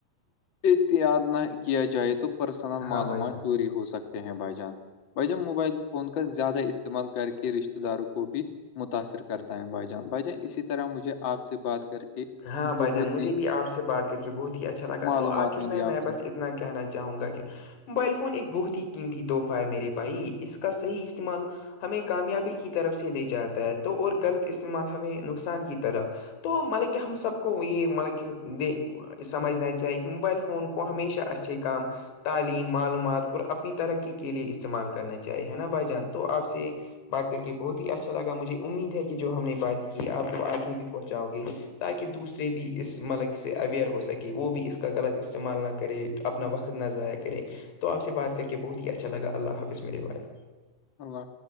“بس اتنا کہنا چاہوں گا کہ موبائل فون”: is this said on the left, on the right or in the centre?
Left